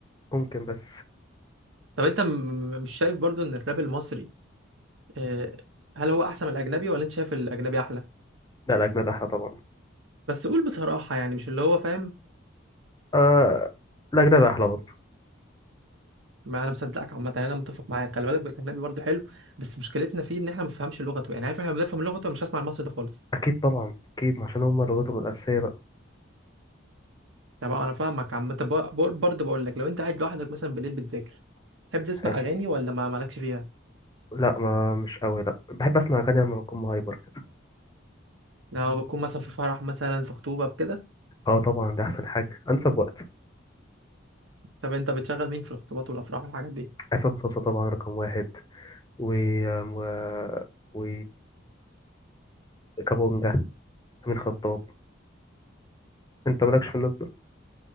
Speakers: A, on the left; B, on the right.
A: ممكن بس
B: طب انت م- م- مش شايف برضو ان الراب المصري آه، هل هو احسن من الاجنبي ولا انت شايف الاجنبي احلى
A: لا الأجناد أحلى طبعا
B: بس قول بصراحة يعني مش اللي هو فاهم
A: آه الأجناد أحلى برضه
B: ما انا مصدقك عامة يعني انا متفق معاك خلي بالك بالاجنبي برضو حلو بس مشكلتنا فيه ان احنا ما بنفهمش لغته يعني عارف احنا بنفهم لغته مش هسمع المصري ده خالص
A: أكيد طبعا أكيد عشان هما لغتهم الأساسية بقى
B: طب انا فاهمك عم طب بقول- برضه بقول لك لو انت قاعد لوحدك مثلا بالليل بتذاكر تحب تسمع
A: حلو
B: اغاني ولا ما مالكش فيها
A: لا ما مش قوي لا بحب أسمع أغاني لما بكون مهايبر كده
B: لو بتكون مثلا في فرح مثلا في خطوبة بكده
A: أه طبعا ده أحسن حاجة أنسب وقت
B: طب انت بتشغل مين في الخطوبات والافراح والحاجات دي
A: عصام صاصا طبعا رقم واحد و آم، و, و... كابونجا أمين خطاب أنت مالكش في الناس دول؟